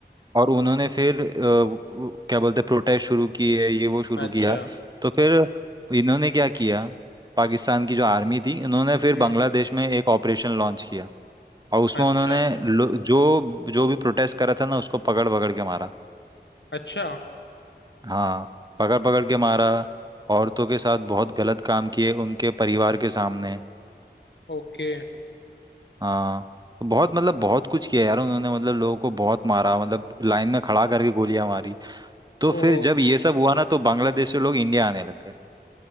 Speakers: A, on the right; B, on the left.
A: और उन्होंने फिर अ, वो- क्या बोलते प्रोटेस्ट शुरू किए ये वो शुरू
B: अच्छा
A: किया तो फिर इन्होंने क्या किया पाकिस्तान की जो आर्मी थी इन्होंने फिर
B: हम्म
A: बांग्लादेश में एक ऑपरेशन लॉन्च किया और उसमें
B: अच्छा
A: उन्होंने लो- जो जो भी प्रोटेस्ट करा था ना उसको पकड़ पकड़ के मारा
B: अच्छा
A: हाँ पकड़ पकड़ के मारा औरतों के साथ बहुत गलत काम किए उनके परिवार के सामने
B: ओके
A: हाँ तो बहुत मतलब बहुत कुछ किया यार उन्होंने मतलब लोगों को बहुत मारा मतलब लाइन में खड़ा करके गोलियां मारी तो फिर
B: ओहो
A: जब ये सब हुआ ना तो बांग्लादेश से लोग इंडिया आने लग गए